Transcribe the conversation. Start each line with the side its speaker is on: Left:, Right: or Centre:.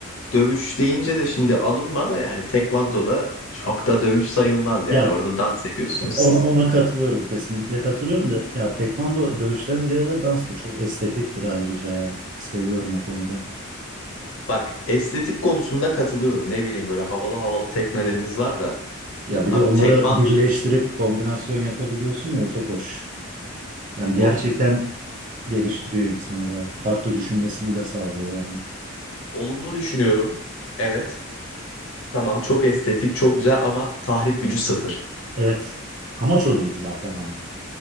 Left: dövüş deyince de şimdi alınma da yani tekvandoda çok da dövüş sayılmaz yani.
Right: Ya
Left: Orada dans ediyorsunuz
Right: Ona,
Left: siz.
Right: ona katılıyorum kesinlikle katılıyorum da ya tekvando dövüşten ziyade danstır çok estetiktir ayrıca yani seviyorum o konuda.
Left: Bak estetik konusunda katılıyorum. Ne bileyim böyle havalı havalı tekneleriniz var da.
Right: Ya bir
Left: Abi
Right: de onları
Left: tekman
Right: birleştirip kombinasyon yapabiliyorsun ya o çok hoş. Yani gerçekten
Left: oğlum,
Right: geliştiriyor insanı bayağı. Farklı düşünmesini de sağlıyor yani.
Left: olumlu düşünüyorum. Evet. Tamam çok estetik çok güzel ama tahrip gücü sıfır.
Right: Evet amaç o değil zaten ama.